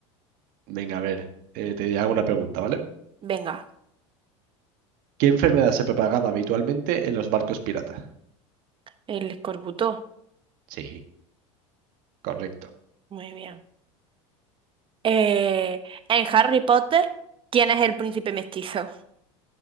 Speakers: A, on the right (about 60°); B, on the right (about 35°).
A: Venga, a ver, eh, te hago una pregunta, ¿vale?
B: Venga,
A: ¿Qué enfermedad se propagaba habitualmente en los barcos piratas?
B: el escorbuto.
A: Sí, correcto.
B: Muy bien. Eh, en Harry Potter, ¿quién es el príncipe mestizo?